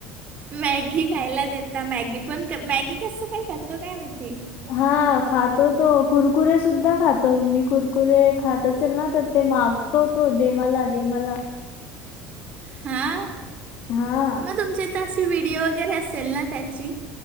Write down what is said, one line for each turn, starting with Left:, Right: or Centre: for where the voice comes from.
Right: मॅगी खायला देेता मॅगी पण मॅगी कसं काय खातो काय माहिती.
Left: हा खातो तो कुरकुरे सुद्धा खातो मी कुरकुरे खात असेल ना तर ते माग तो, तो, दे मला, दे मला.
Right: हा.
Left: हा.
Right: मग तुमच्या इथ अशी व्हिडीओ वगैरे असेल ना त्याची.